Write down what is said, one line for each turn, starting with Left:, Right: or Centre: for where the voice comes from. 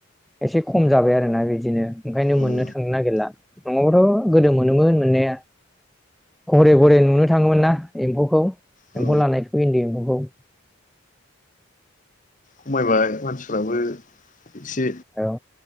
Centre: एसे खम जाबाय आरोना बिदिनो ओंखायनो
Left: उम
Centre: मोननो थांनो नागिरला। नङाबथ गोदो मोनोमोन मोननाया। घरे घरे नुनो थाङोमोन ना। एम्फौखौ
Left: औ
Centre: एम्फौ लानायखौ इन्दि एम्फौ। औ
Left: खमायबाय मानसि फोराबो एसे
Centre: औ